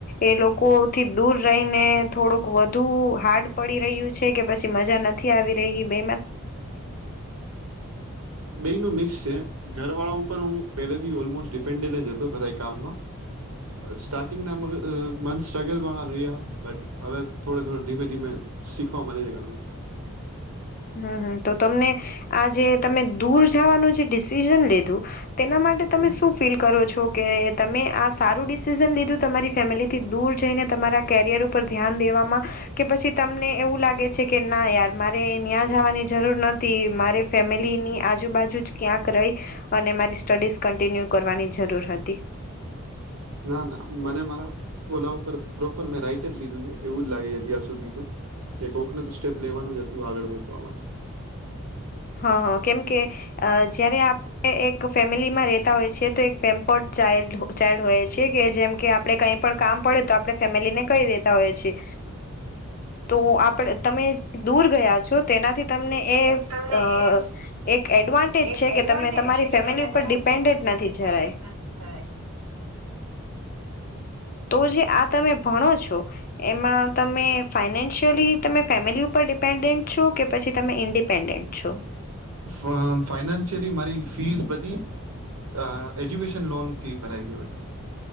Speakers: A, on the left; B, on the right.
A: એ લોકોથી દૂર રહીને થોડુંક વધુ હાર્ડ પડી રહ્યું છે, કે પછી મજા નથી આવી રહી બે
B: બેયનું મિક્સ છે, ઘરવાળો પર હું પેલેથી ઓલમોસ્ટ ડિપેન્ડન્ટ જ અતો બધાય કામમાં સ્ટાર્ટિંગનાં મંથ્સ સ્ટ્રગલવાળા રહ્યા હવે થોડ થોડે ધીમે ધીમે શીખવા મલે છે ઘણુ
A: હમ્મ, હમ્મ, તો તમને આ જે તમે દૂર થવાનું જે ડિસિઝન લીધું, તેના માટે તમે
B: હમ
A: શું ફીલ કરો છો કે તમે આ સારું ડિસિઝન લીધ ધુ તમારી ફેમિલીથી દૂર જઈને તમારા કેરિયર ઉપર ધ્યાન દેવામાં કે પછી તમને એવું લાગ ગે છે કે ના યાર મારે ન્યાં જાવાની જરૂર ન થી મારે ફેમિલીની આજુબાજુ જ ક્યાંક રઈ અને મારી સ્ટડીઝ કન્ટિન્યુ કરવાની જરૂર હતી.
B: ના ના મને મારા ઓલા ઉપર પ્રોપર મેં રાઈટ જ લીધું છે એવું જ લાગી અતી આજ સુધી તો કે કોકને તો સ્ટેપ લેવાનું જ હતું આગળ વધવા માટે
A: હા હા કેમકે અ જયારે આપણે એક ફેમિલીમાં રેતા હોય છી તો એક પેમ્પર્ડ ચાલ્ ચાઇલ્ડ હોય છે. કે જેમ કે આપણે કઈ પણ કામ પડે તો આપણે ફેમિલીને કહી દેતા હોય છે તો આપડે તમે દૂર ગયા છો તેનાથી તમને એ
B: એ
A: અ એક એડવાન્ટેજ
B: એક
A: છે
B: એડવાન્ટેજ
A: કે તમે તમારી
B: છે કે
A: ફેમિલી
B: તમે
A: ઉપર
B: તમારી
A: ડિપેન્ડન્ટ
B: ફેમિલી ઉપર
A: નથી
B: ડિપેન્ડન્ટ
A: જરાય
B: નથી જવાય. <inaudible>
A: તો જે આ તમે ભણો છો એમાં તમે ફાઈનાન્શિયલી તમે ફેમિલી ઉપર ડિપેન્ડન્ટ છો કે પછી તમે ઇન્ડિપેન્ડેન્ટ છો
B: ફા ફાઈનાન્શિયલી મારી ફીસ બધી અ એજ્યુકેશન લોન થી ભરાઈ છે.